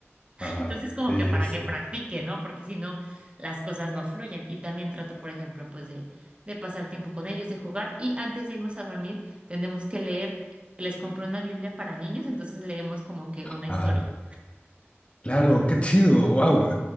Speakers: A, on the left; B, on the right.
A: Ah,
B: Entonces, como
A: sí,
B: que para
A: sí.
B: que practique, ¿no? Porque si no, las cosas no fluyen. Y también trato, por ejemplo, pues de, de pasar tiempo con ellos, de jugar. Y antes de irnos a dormir, tenemos que leer. Les compré una Biblia para niños, entonces leemos como que una historia.
A: Ah, claro, qué chido. Wow,